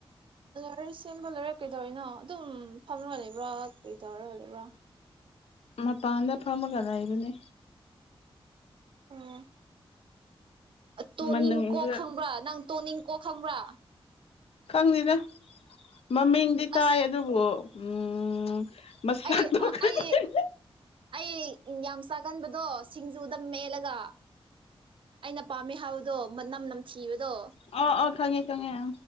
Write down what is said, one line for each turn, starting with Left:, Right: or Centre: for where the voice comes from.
Right: ꯂꯣꯏꯔꯦ ꯁꯦꯝꯕ ꯂꯣꯏꯔꯦ ꯀꯩꯗꯧꯔꯤꯅꯣ ꯑꯗꯨꯝ ꯐꯝꯃꯒ ꯂꯩꯕ꯭ꯔꯥ ꯀꯩ ꯇꯧꯔꯒ ꯂꯩꯕ꯭ꯔꯥ
Left: ꯃꯄꯥꯟꯗ ꯐꯝꯃꯒ ꯂꯩꯕꯅꯦ
Right: ꯑꯣ ꯇꯣꯅꯤꯡ
Left: ꯃꯅꯨꯡꯗ
Right: ꯀꯣꯛ ꯈꯪꯕ꯭ꯔꯥ ꯅꯪ ꯇꯣꯅꯤꯡ ꯀꯣꯛ ꯈꯪꯕ꯭ꯔꯥ
Left: ꯈꯪꯗꯦꯗ ꯃꯃꯤꯡꯗꯤ ꯇꯥꯏ
Right: ꯑꯁ
Left: ꯑꯗꯨꯕꯨ ꯎꯝ ꯃꯁꯛꯇꯣ
Right: ꯑꯩ
Left: ꯈꯪ
Right: ꯑꯩ
Left: <unintelligible>
Right: ꯑꯩ ꯌꯥꯝ ꯆꯥꯒꯟꯕꯗꯣ ꯁꯤꯡꯖꯨꯗ ꯃꯦꯠꯂꯒ ꯑꯩꯅ ꯄꯥꯝꯃꯦ ꯍꯥꯏꯕꯗꯣ ꯃꯅꯝ ꯅꯝꯊꯤꯕꯗꯣ
Left: ꯑꯣ ꯑꯣ ꯈꯪꯉꯦ ꯈꯪꯉꯦ ꯑ